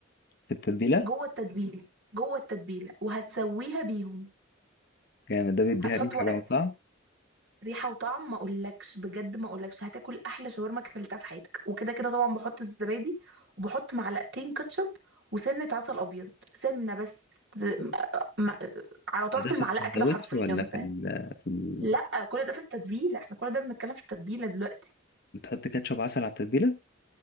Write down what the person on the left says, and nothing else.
في التتبيلة
جامد ده بيديها
ريحة
بقى وطعم
ده ده
في السندوتش
ولا في
ال في ال...
بتحط كاتشب عسل على التتبيلة؟